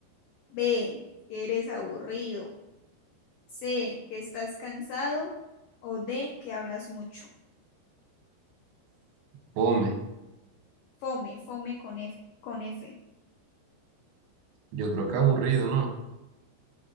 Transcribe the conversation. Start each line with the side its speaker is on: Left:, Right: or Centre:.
Left: B, que eres aburrido. C, que estás cansado. O D, que hablas mucho.
Right: Fome.
Left: Fome, fome con F, con F.
Right: Yo creo que aburrido, ¿no?